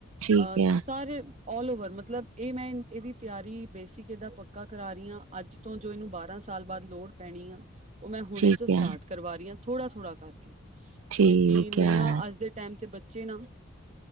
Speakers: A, on the right; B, on the right.
A: ਠੀਕ
B: ਆ
A: ਹੈ
B: ਸਾਰੇ ਆਲ ਓਵਰ ਮਤਲਬ ਇਹ ਮੈਂ ਇਹਦੀ ਤਿਆਰੀ ਬੇਸਿਕ ਇਹਦਾ ਪੱਕਾ ਕਰਾ ਰਹੀ ਹਾਂ ਅੱਜ ਤੋਂ ਜੋ ਇਹਨੂੰ ਬਾਰਾਂ ਸਾਲ ਬਾਅਦ ਲੋੜ ਪੈਣੀ ਆ ਉਹ ਮੈਂ ਹੁਣੇ
A: ਠੀਕ
B: ਤੋਂ ਸਟਾਰਟ
A: ਹੈ
B: ਕਰਵਾ ਰਹੀ ਹਾਂ ਥੋੜਾ ਥੋੜਾ ਕਰਕੇ
A: ਠੀਕ
B: ਕਿਉਂਕਿ ਨਿਆ
A: ਹੈ
B: ਅੱਜ ਦੇ ਟਾਈਮ ਤੇ ਬੱਚੇ ਨਾ